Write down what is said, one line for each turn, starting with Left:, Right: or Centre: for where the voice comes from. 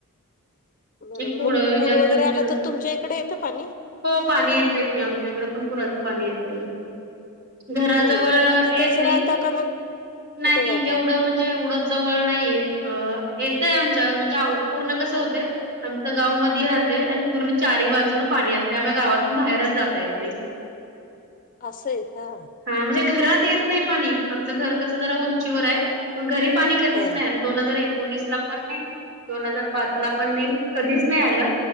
Left: बरोबर
Right: एक पुढं
Left: मग पूर
Right: जात
Left: वगैरे
Right: म्हणजे
Left: आला
Right: पण
Left: तर तुमच्या इकडे येतं पाणी
Right: हो पाणी येत आहे की आमच्या इकडं पण पुराचं पाणी येतंय घराजवळ
Left: होय मग तुम्ही तिथंच
Right: येत नाही
Left: राहता का मग
Right: नाही
Left: कुठं जाता?
Right: एवढं म्हणजे एवढं जवळ नाहीयेत येतय आमच्या म्हणजे पूर्ण कसं होतय आमचं गाव मधी राहते आणि पूर्ण चारही बाजून पाणी असते आमही गावातून बाहेरच जाता येत नाही
Left: अस आहे का
Right: हा म्हणजे घरात येत नाही पाणी आमचं घर कसं जरा उंचीवर आहे मग घरी पाणी कधीच
Left: हा.
Right: नाही आल दोन हजार एकोणीस ला पण नाही दोन हजार पाच ला पण नाही कधीच नाही आलं